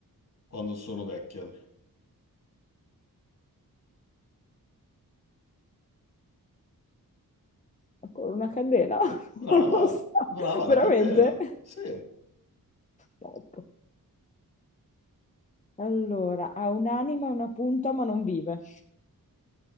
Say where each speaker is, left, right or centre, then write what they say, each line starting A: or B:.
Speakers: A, on the left; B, on the left.
A: quando sono vecchia.
B: Ancora una candela? <laughs>
A: Brava,
B: Non lo so,
A: brava
B: veramente?
A: la candela. Sì,
B: Top. Allora, ha un'anima e una punta ma non vive.